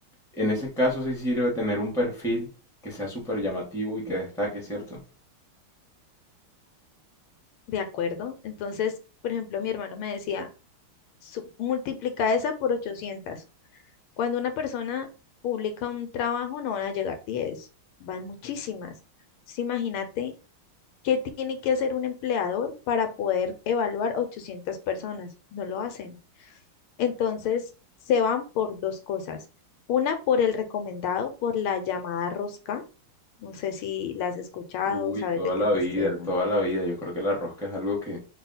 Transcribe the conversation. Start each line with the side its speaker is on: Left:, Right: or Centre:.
Centre: en ese caso sí sirve tener un perfil que sea súper llamativo y que destaque, ¿cierto?
Left: de acuerdo. Entonces, por ejemplo, mi hermano me decía, "Su- multiplica esa por 800. Cuando una persona publica un trabajo, no van a llegar 10, van muchísimas. Entonces, imagínate ¿Qué tiene que hacer un empleador para poder evaluar 800 personas? No lo hacen. Entonces, se van por dos cosas. Una, por el recomendado, por la llamada rosca. No sé si la has escuchado,
Centre: Uy,
Left: sabes
Centre: toda
Left: de qué
Centre: la
Left: te
Centre: vida,
Left: estoy hablando.
Centre: toda la vida. Yo creo que la rosca es algo que,